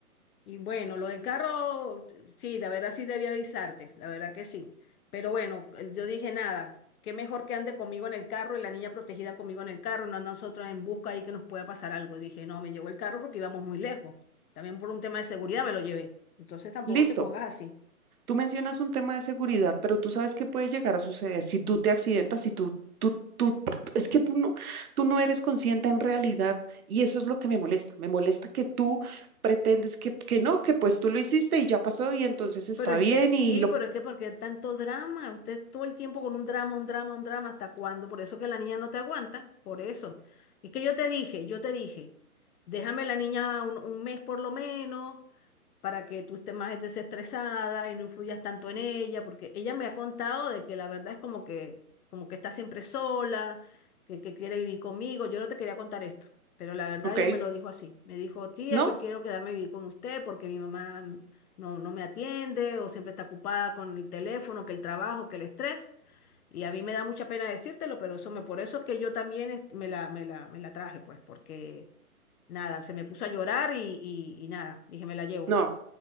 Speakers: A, on the left; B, on the right.
A: Y bueno, lo del carro, sí, la verdad sí debí avisarte, la verdad que sí. Pero bueno, yo dije nada, qué mejor que ande conmigo en el carro y la niña protegida conmigo en el carro, no a nosotros en busca ahí que nos pueda pasar algo. Dije, no, me llevo el carro porque íbamos muy lejos. También por un tema de seguridad me lo llevé. Entonces tampoco
B: Listo.
A: te pongas así.
B: Tú mencionas un tema de seguridad, pero tú sabes qué puede llegar a suceder si tú te accidentas, si tú, tú, tú, es que tú no, tú no eres consciente en realidad y eso es lo que me molesta. Me molesta que tú pretendes que, que no, que pues tú lo hiciste y ya pasó y entonces está
A: Pero es
B: bien
A: que sí,
B: y lo,
A: pero es que porque tanto drama, usted todo el tiempo con un drama, un drama, un drama, ¿hasta cuándo? Por eso que la niña no te aguanta, por eso. Es que yo te dije, yo te dije, déjame la niña un, un mes por lo menos, para que tú estés más desestresada y no influyas tanto en ella, porque ella me ha contado de que la verdad es como que, como que está siempre sola, que, que quiere vivir conmigo. Yo no te quería contar esto, pero la verdad
B: ok,
A: ella me lo dijo así. Me dijo, tía,
B: no,
A: yo quiero quedarme a vivir con usted porque mi mamá no, no me atiende o siempre está ocupada con el teléfono, que el trabajo, que el estrés. Y a mí me da mucha pena decírtelo, pero eso me, por eso es que yo también es- me la, me la, me la traje, pues, porque nada, se me puso a llorar y, y y nada, dije, me la llevo.
B: no.